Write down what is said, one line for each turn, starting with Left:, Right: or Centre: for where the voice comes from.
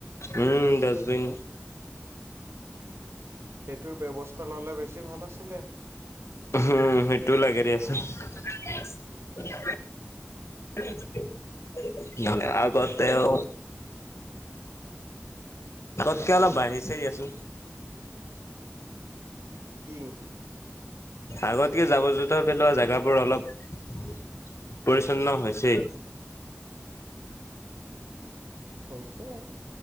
Left: উম, ডাষ্টবিন।
Right: সেইটোৰ ব্যৱস্থা ল'লে, বেছি ভাল আছিলে।
Left: উম, সেইটো <unintelligible> <unintelligible> নে আগতেও। আগতকে, অলপ বাঢ়িছে দিয়াচোন।
Right: কি?
Left: আগতকে জাৱৰ জোথৰ পেলোৱা জাগাবোৰ অলপ, পৰিষ্ক বিচ্ছন্ন হৈছে।
Right: হৈছে